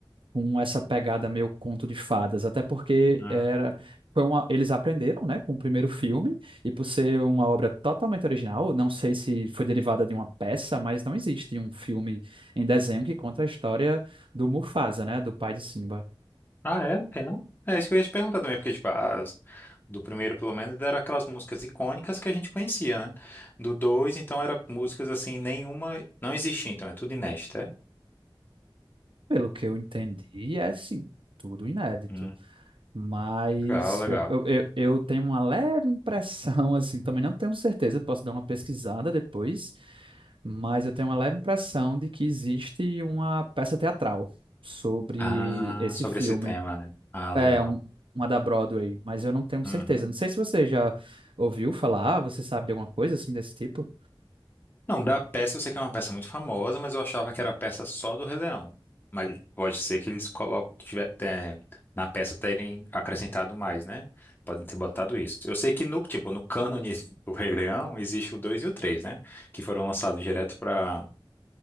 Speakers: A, on the right; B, on the left.
A: com essa pegada meio conto de fadas, até porque
B: Ah,
A: era foi uma, eles aprenderam, né, com o primeiro filme, e por ser uma obra totalmente original, não sei se foi derivada de uma peça, mas não existe um filme em desenho que conta a história do Mufasa, né, do pai de Simba.
B: Ah, é? Tem não? É isso que eu ia te perguntar também, porque, tipo, as, do primeiro, pelo menos, eram aquelas músicas icônicas que a gente conhecia, né? Do dois, então, era músicas, assim, nenhuma... Não existia, então, é tudo inédito, é?
A: Pelo que eu entendi, é sim, tudo inédito.
B: Hum.
A: Mas
B: Legal, legal.
A: eu, eu, eu eu tenho uma leve impressão, <laughs> assim, também não tenho certeza, posso dar uma pesquisada depois, mas eu tenho uma leve impressão de que existe uma peça teatral sobre
B: Ah,
A: esse
B: sobre
A: filme.
B: esse tema, né? Ah, legal.
A: É, um, uma da Broadway, mas eu não tenho
B: Uhum.
A: certeza. Não sei se você já ouviu falar, você sabe de alguma coisa assim desse tipo?
B: Não, da peça eu sei que é uma peça muito famosa, mas eu achava que era a peça só do Rei Leão. Mas pode ser que eles colocam, tiver, é, na peça terem acrescentado mais, né? Podem ter botado isso. Eu sei que no, tipo, no cânone <laughs> do Rei Leão existe o 2 e o 3, né? Que foram lançados direto para